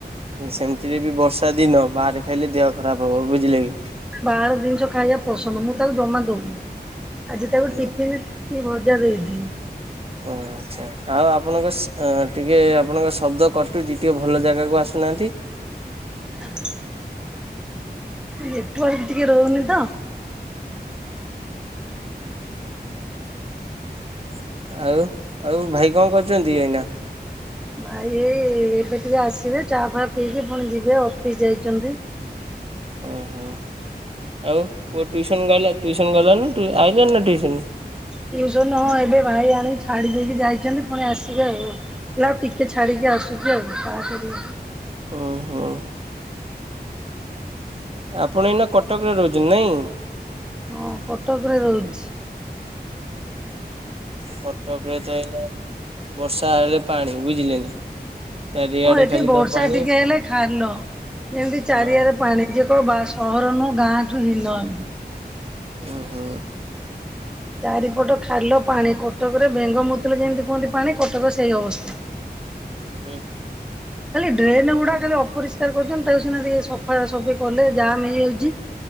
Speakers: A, on the right; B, in the centre.
A: ସେମିତିରେ ବି ବର୍ଷା। ଦିନ ବାହାରେ ଖାଇଲେ ଦେହ ଖରାପ ହବ ବୁଝିଲେ କି।
B: ବାହାର ଜିନିଷ ଖାଇବା ପସନ୍ଦ ମୁଁ ତାକୁ ଜମା ଦଉନି ଆଜି ତାକୁ
A: ହୁଁ
B: ଟିଫିନ। କି ଭଜା ଦେଇଥିଲ।
A: ହ ଆଛା। ଆଉ ଆପଣଙ୍କ ଟିକେ ଆପଣଙ୍କ ଶବ୍ଦ କଟୁଛି ଟିକେ ଭଲ ଜାଗାକୁ ଆସୁନାହାନ୍ତି।
B: <inaudible> ନେଟୱାର୍କ ଟିକେ ରହୁନି ତ।
A: <inaudible> ଆଉ ଆଉ ଭାଇ କଣ କରୁଛନ୍ତି ଏଇନା?
B: ଭାଇ ଏଇ ଏବେ ଟିକେ ଆସିବେ ଚାହା ଫାହା ପିଇକି ପୁଣି ଯିବେ ଅଫିସ୍ ଯାଇଛନ୍ତି।
A: ଓହୋ ଆଉ ପୁଅ ଟିୁସନ୍ ଗଲା ଟିଉସନ୍ ଗଲା ନା ଆଇଲାଣି ନା ଟିୁସନରୁ।
B: ଟିଉସନ୍ ହଁ ଏବେ ଭାଇ ଆଣିକି ଛାଡ଼ି ଦେଇକି ଯାଇଛନ୍ତି ପୁଣି ଆସିବେ ଆଉ। ଲା ଆଉ ଟିକେ ଛାଡିକି ଆସୁଛି ଆଉ ଚାହା କରିବାକୁ।
A: ଓ ହୋ। ଆପଣ ଏଇନା କଟକରେ ରହୁଛନ୍ତି ନାଇଁ।
B: ହଁ କଟକରେ ରହୁଛି।
A: କଟକ ରେ ତ ଏଇନା ବର୍ଷା ହେଲେ ପାଣି ବୁଝିଲେ ନା। ଚାରିଆଡେ
B: ହଁ ଏଠି
A: ଖାଲି
B: ବର୍ଷା
A: ତ ପାଣି
B: ଟିକେ ହେଲେ ଖାଲ ଯେମିତି ଚାରିଆରେ
A: ହଁ।
B: ପାଣି। ଯିଏ କ ବା ସହରନୁ ଗାଁଠୁ ହିନମ।
A: ଓ ହୋ
B: ଚାରିପଟ ଖାଲ ପାଣି କଟକରେ ବେଙ୍ଗ ମୁତଲେ ଯେମିତି କୁହନ୍ତି ପାଣି କଟକ ସେଇ ଅବସ୍ଥା।
A: ଉଁ
B: ଖାଲି ଡ୍ରେନ୍ ଗୁଡା ଖାଲି ଅପରିଷ୍କାର କରୁଛନ୍ତି। ତା ସିନା ଟିକେ ସଫା, ସଫି କଲେ ଜାମ୍ ହେଇଯାଉଛି।